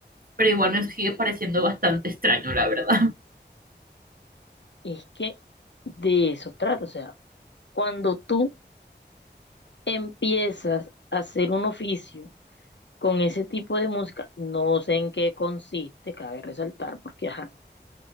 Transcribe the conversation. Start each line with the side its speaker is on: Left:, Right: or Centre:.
Right: pero igual me sigue pareciendo bastante extraño, la verdad. <laughs>
Left: es que de eso trata. O sea, cuando tú empiezas a hacer un oficio con ese tipo de música, no sé en qué consiste, cabe resaltar, porque ajá,